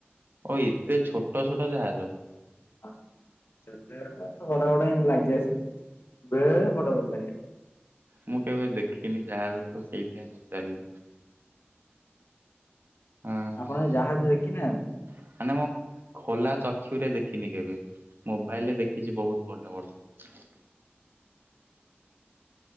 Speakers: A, on the right; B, on the left.
A: ଓ ଏତେ ଛୋଟ ଛୋଟ ଜାହାଜ
B: ହ ଛୋଟ ବଡ ବଡ଼ ବଡ଼ ଏନ୍ତି ଲାଗେ ସବୁ। ବେଳେବେଳେ ବଡ଼ ବଡ଼ ଲାଗେ।
A: ମୁଁ କେବେ ଦେଖିନି ଜାହଜ ତ ସେଇଥିାଇଁ ପଚାରିଲି। ହଁ
B: ଆପଣ
A: ହଁ।
B: ଜାହାଜ ଦେଖି ନାହାନ୍ତି?
A: <unintelligible> ଖୋଲା ଚକ୍ଷୁରେ ଦେଖିନି କେବେ ମୋବାଇଲରେ ଦେଖିଚି ବହୁତ ବଡ ବଡ।
B: <inaudible>